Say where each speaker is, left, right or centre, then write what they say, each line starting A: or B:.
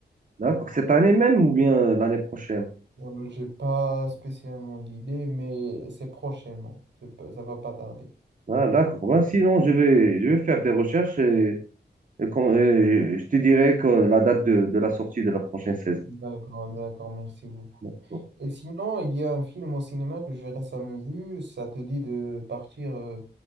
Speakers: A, on the right (about 45°); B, on the right (about 85°).
A: D'accord. Cette année même ou bien l'année prochaine?
B: Ouais, J'ai pas spécialement d'idée, mais c'est prochainement. C'est pas- ça va pas tarder.
A: Ah, d'accord. Ben, sinon, je vais, je vais faire des recherches et, et quand- et je te dirai que la date de, de la sortie de la prochaine saison.
B: D'accord, d'accord, merci beaucoup.
A: D'accord.
B: Et sinon, il y a un film au cinéma que j'ai récemment vu. Ça te dit de partir euh,